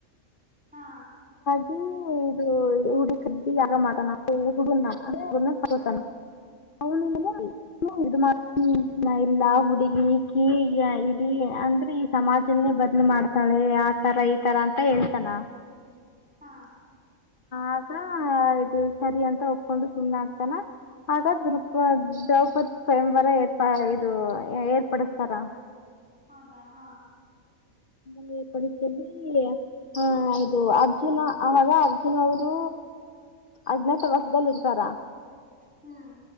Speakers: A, in the centre; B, on the left.
A: ಹಾ
B: ಹ ಇದು ಹುಡಿ ಸಜಜಿ ಯಾಗ ಮಾಡ ನಾವು ಹುಡ ಹು ತಗೋತಾನ ಅವನಿಂದ <unintelligible> ಹ್ಮ ಇದು ಮಾಡ ಎಲ್ಲಾ ಹುಡುಗಿ ಕೀ ಇಡ ಅಂದ್ರೆ ಈ ಸಮಾಜ ನ್ನೆ ಬದ್ಲು ಮಾಡ್ತಾಳೆ ಆ ತರ ಈ ತರ ಅಂತ ಹೇಳ್ತಾನ
A: ಹಾ
B: ಆಗ ಇದು ಸರಿ ಅಂತ ಒಪ್ಕೊಂಡು ಸುಮ್ನೆ ಆಗ್ತಾನ ಆಗ ದಪ ದ್ರೌಪದಿ ಸ್ವಯಂವರ ಏರ್ಪಾ ಇದು ಏರ್ಪಡಿಸತಾರ <unintelligible>
A: ಹೌದಾ ಹಾ
B: ನೇ ಪಡಿತಲ್ಲಿ ಹಾ ಇದು ಅರ್ಜುನ ಅವಾಗ ಅರ್ಜುನ್ ಅವರು ಅದ್ನ ತ ಇದಲ್ಲಿ ಇರ್ತಾರ
A: ಹ್ಮ್